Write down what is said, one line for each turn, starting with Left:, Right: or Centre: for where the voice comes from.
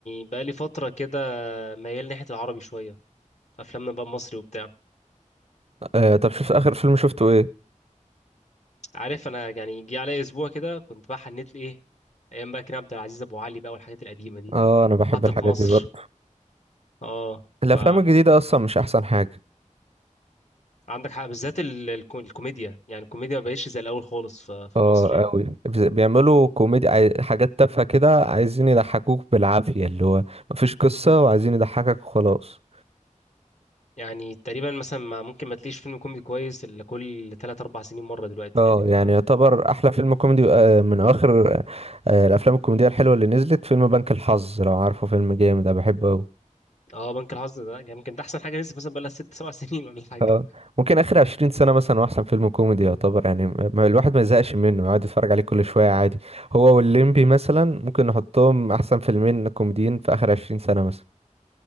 Left: بقالي فتره كده ميال ناحيه العربي شويه افلامنا بقى المصري وبتاع
Right: أه طب شفت اخر فيلم شفته ايه؟
Left: عارف انا يعني جه عليا اسبوع كده كنت بقى حنيت لي ايه ايام بقى كريم عبد العزيز ابو علي بقى والحاجات القديمه دي
Right: اه انا بحب
Left: حتى
Right: الحاجات
Left: في مصر
Right: دي برضه
Left: اه
Right: الافلام
Left: ف
Right: الجديدة اصلا مش احسن حاجة
Left: عندك حق بالذات ال- الكو- الكوميديا يعني الكوميديا ما بقتش زي الاول خالص في في
Right: اه
Left: مصر يعني
Right: قوي بيعملوا كوميدي عاي- حاجات تافهة كده عايزين يضحكوك بالعافية اللي هو مفيش قصة وعايزين يضحكك وخلاص
Left: يعني تقريبا مثلا ما ممكن ما تلاقيش فيلم كوميدي كويس الا كل 3 4 سنين مره دلوقتي
Right: اه
Left: يعني ف
Right: يعني يعتبر احلى فيلم كوميدي آه، من اواخر آه، الافلام الكوميدية الحلوة اللي نزلت فيلم بنك الحظ لو عارفه فيلم جامد انا بحبه اوي
Left: اه بنك الحظ ده يمكن ده احسن حاجه نزلت مثلا بقى لها 6 7 <laughs> سنين ولا حاجه
Right: اه ممكن اخر عشرين سنة مثلا هو احسن فيلم كوميدي يعتبر يعني ما- ما- الواحد ما يزهقش منه يقعد يتفرج عليه كل شوية عادي هو والليمبي مثلا ممكن نحطهم احسن فيلمين كوميديين في اخر عشرين سنة مثلا